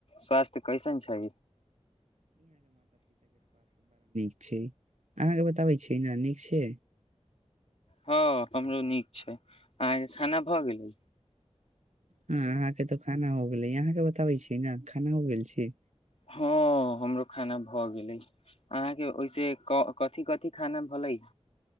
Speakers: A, on the left; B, on the right.
A: स्वास्थ्य कैसन छै
B: अहाँके बताबै छी की नानीक छै
A: हँ हमरो नीक छै अहके खाना भए गेलै
B: हँ अहाँके तऽ खाना हो गेलै अहाँके बताबै छीियै ने खाना हो गेल छै
A: हँ हमरो खाना भऽ गेलै अहाँके ओहिसे कथिी कथिी खाना भै